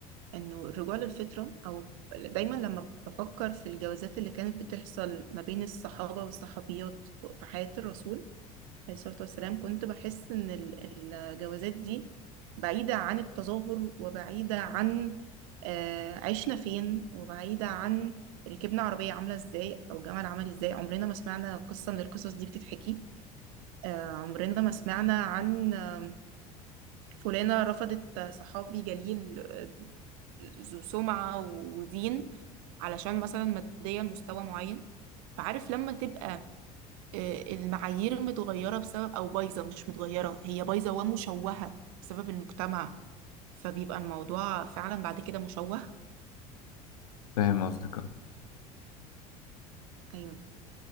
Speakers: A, on the right; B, on the left.
A: إنه الرجوع للفطرة أو دايما لما بفكر في الجوازات اللي كانت بتحصل ما بين الصحابة والصحابيات في حياة الرسول عليه الصلاة والسلام كنت بحس إن ال- الجوازات دي بعيدة عن التظاهر وبعيدة عن آه، عشنا فين وبعيدة عن ركبنا عربية عاملة إزاي أو جمل عمل إزاي عمرنا ما سمعنا قصة من القصص دي بتتحكي آه، عمرنا ما سمعنا عن آه، فلانة رفضت صحابي جليل آه، ذو سمعة ودين علشان مثلا ماديا مستوى معين فعارف لما تبقى آه، المعايير متغيرة بسبب أو بايظة مش متغيرة هي بايظة ومشوهة بسبب المجتمع فبيبقى الموضوع فعلا بعد كده مشوه
B: فاهم قصدك آه.
A: أيوه